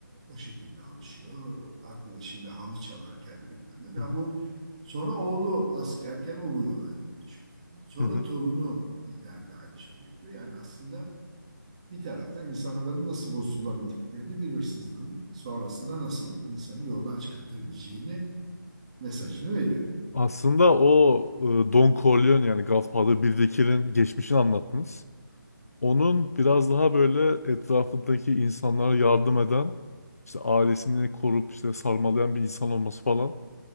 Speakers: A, on the right; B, on the left.
A: o şekilde alışıyor. Arkadaşıyla halı çalarken bilmem ne falan.
B: Hı hı.
A: Bu Sonra oğlu askerken o bu yola geçiyor falan. Sonra
B: Hı hı.
A: torunu ileride aynı şeyi yapıyor. Yani aslında bir taraftan insanların nasıl bozulabildiklerini bir hırsızlığın sonrasında nasıl insanı yoldan çıkartabileceğini mesajını veriyor.
B: Aslında o e, Don Corleone yani Godfather 1'dekinin geçmişini anlattınız. Onun biraz daha böyle etrafındaki insanlara yardım eden, işte ailesini korup işte sarmalayan bir insan olması falan